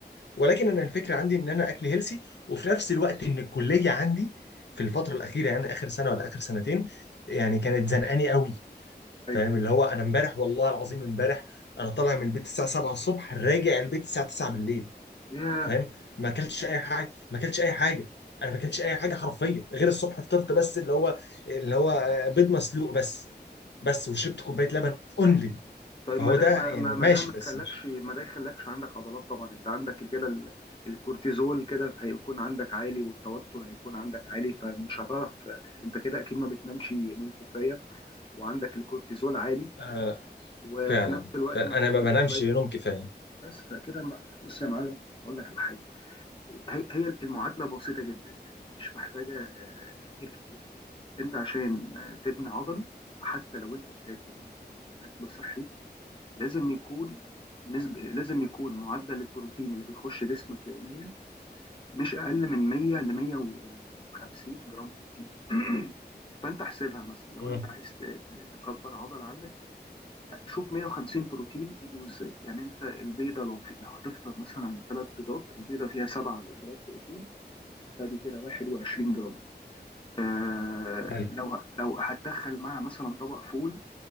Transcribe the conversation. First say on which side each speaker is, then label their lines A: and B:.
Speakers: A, on the left; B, on the left.
A: ولكن انا الفكره عندي ان انا اكل هيلسي وفي نفس الوقت ان الكليه عندي في الفتره الاخيره يعني اخر سنه ولا اخر سنتين يعني كانت زنقاني قوي
B: أيوه
A: فاهم اللي هو انا امبارح والله العظيم امبارح انا طالع من البيت الساعه 7 الصبح راجع البيت الساعه 9 بالليل
B: ياه
A: فاهم ما اكلتش اي حاجه ما اكلتش اي حاجه انا ما اكلتش اي حاجه حرفيا غير الصبح فطرت بس اللي هو اللي هو آه، بيض مسلوق بس بس وشربت كوبايه لبن اونلي
B: طيب
A: فهو
B: ما ده
A: ده
B: ما
A: يعني
B: ما ما
A: ماشي
B: ده ما
A: بس
B: يخلكش
A: مش
B: ما ده يخلكش عندك عضلات طبعا انت عندك كده ال- الكورتيزول كده ف- هيكون عندك عالي والتوتر هيكون عندك عالي فمش هتعرف انت كده اكيد ما بتنامش نوم كفايه وعندك الكورتيزول عالي
A: آه
B: وفي
A: فعلا
B: نفس الوقت
A: فعلا
B: ما بتاكلش
A: انا ما بنامش
B: كويس
A: نوم كفايه
B: بس فكده ما- بص يا معلم هقول لك على حاجه هي هي المعادله بسيطه جدا يعني مش محتاجه آه، تفكير كتير انت عشان آه، تبني عضل حتى لو انت بتاكل آه، اكل صحي لازم يكون نسبة لازم يكون معدل البروتين اللي بيخش جسمك يوميا مش أقل من 100 ل 150 جرام بروتين <clears throat> فأنت احسبها مثلا لو
A: مم.
B: أنت عايز ت- ت- تكبر عضل عندك شوف 150 بروتين تجيبه إزاي يعني أنت البيضة لو في لو هتفطر مثلا ثلاث بيضات البيضة فيها 7 جرام بروتين فدي كده 21 جرام آه
A: حلو
B: لو لو هتدخل معاها مثلا طبق فول